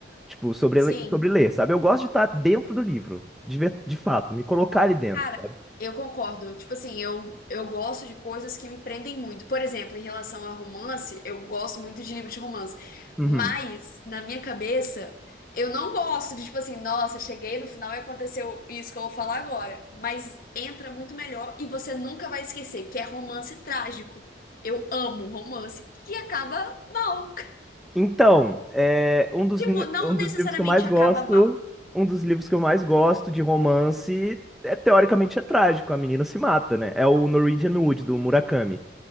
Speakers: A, in the centre; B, on the left (about 50°).
A: Tipo, sobre,
B: sim.
A: le- sobre ler, sabe? Eu gosto de estar dentro do livro, de, ver- de fato, me colocar ali dentro,
B: Cara,
A: sabe?
B: eu concordo. Tipo assim, eu, eu gosto de coisas que me prendem muito. Por exemplo, em relação a romance, eu gosto muito de livro de romance.
A: Uhum.
B: Mas, na minha cabeça, eu não gosto de, tipo assim, nossa, cheguei no final e aconteceu isso que eu vou falar agora. Mas entra muito melhor e você nunca vai esquecer, que é romance trágico. Eu amo romance que acaba mal. <laughs>
A: Então, é, um dos,
B: Tipo,
A: ni-
B: não
A: um dos
B: necessariamente
A: livros que eu mais
B: acaba
A: gosto,
B: mal.
A: um dos livros que eu mais gosto de romance, é, teoricamente é trágico, a menina se mata, né? É o Norwegian Wood, do Murakami.